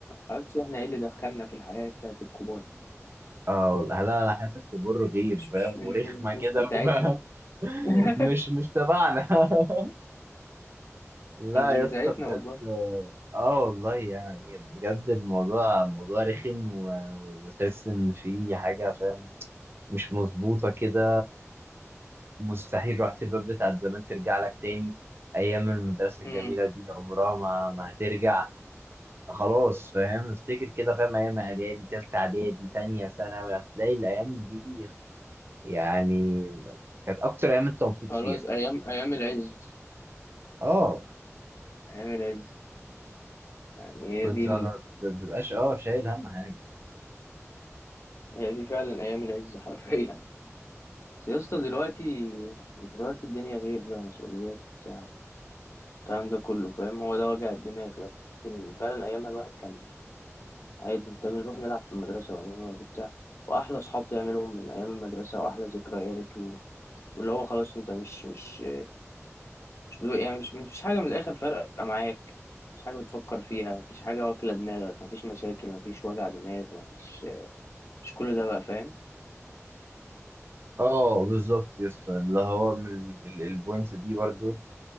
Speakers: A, on the left (about 60°); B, on the right (about 50°).
A: معرفش احنا ايه اللي دخلنا في الحياة بتاعت الكبار دي
B: اه والله لا حياه الكبار غير
A: مش
B: فاهم
A: مش مش
B: ورخمه
A: مش, مش
B: كده
A: بتاعتنا
B: و- <laughs>
A: <laughs>
B: مش مش تبعنا <laughs> لا
A: مش
B: يا
A: بتاعتنا
B: اسطى بجد
A: والله
B: اه آه، والله يعني بجد الموضوع موضوع رخم و... وتحس ان في حاجه فاهم مش مظبوطه كده مستحيل روحة الباب بتاعت زمان ترجع لك تاني ايام المدرسه الجميله
A: مم.
B: دي عمرها ما ما هترجع خلاص فاهم افتكر كده فاهم ايام اعدادي تالتة اعدادي تانية ثانوي هتلاقي الايام دي يعني كانت اكتر ايام انت مبسوط
A: خلاص
B: فيها
A: أيام أيام العز
B: اه
A: أيام العز يعني هي
B: كنت
A: دي
B: ما بتبقاش اه شايل هم حاجه
A: هي دي فعلا ايام العز حرفيا بس يا اسطى دلوقتي دلوقتي الدنيا غير بقى مسؤوليات وبتاع الكلام ده كله فاهم هو ده وجع الدماغ لكن فعلا ايامها الواحد كان عادي انت بنروح نلعب في المدرسه ونروح نقعد وبتاع واحلى اصحاب تعملهم من ايام المدرسه واحلى ذكريات و... واللي هو خلاص انت مش مش مش بدو... يعني مش مفيش حاجه من الاخر فارقه معاك مفيش حاجه بتفكر فيها مفيش حاجه واكله دماغك مفيش مشاكل مفيش وجع دماغ مفيش مش كل ده بقى فاهم
B: اه بالظبط يا اسطى اللي هو من ال- البوينت دي برضو